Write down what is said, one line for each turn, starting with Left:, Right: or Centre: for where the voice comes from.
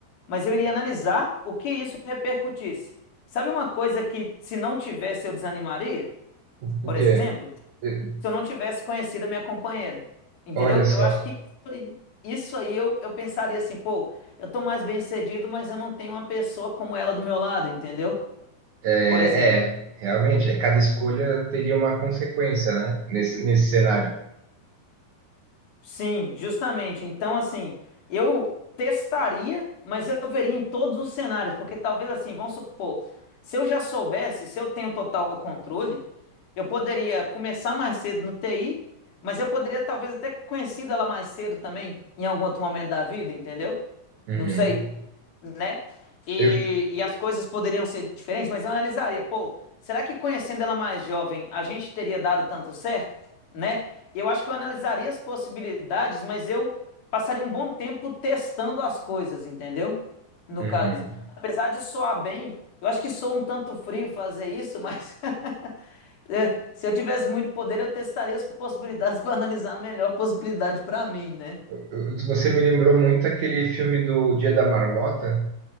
Left: Mas eu iria analisar o que isso repercutisse. Sabe uma coisa que, se não tivesse, eu desanimaria?
Right: O,
Left: Por
Right: o quê?
Left: exemplo,
Right: Eh,
Left: se eu não tivesse conhecido a minha companheira. Entendeu?
Right: Olha só.
Left: Eu acho que isso aí, isso aí eu, eu pensaria assim, pô, eu tô mais bem-sucedido, mas eu não tenho uma pessoa como ela do meu lado, entendeu?
Right: É,
Left: Por exemplo.
Right: é, realmente, é, cada escolha teria uma consequência, né? Nesse, nesse cenário.
Left: Sim, justamente. Então, assim, eu testaria, mas eu veria em todos os cenários, porque talvez assim, vamos supor, se eu já soubesse, se eu tenho total controle, eu poderia começar mais cedo no TI, mas eu poderia talvez até conhecer ela mais cedo também, em algum outro momento da vida, entendeu?
Right: Uhum.
Left: Não sei né? E,
Right: Eu,
Left: e as coisas poderiam ser diferentes, mas eu analisaria, pô, será que conhecendo ela mais jovem, a gente teria dado tanto certo, né? Eu acho que eu analisaria as possibilidades, mas eu passaria um bom tempo testando as coisas, entendeu? No
Right: uhum.
Left: caso, apesar de soar bem, eu acho que sou um tanto frio fazer isso, mas <laughs> É, Se eu tivesse muito poder, eu testaria as possibilidades <laughs> para analisar a melhor possibilidade para mim, né?
Right: Eu- Você me lembrou muito aquele filme do Dia da Marmota,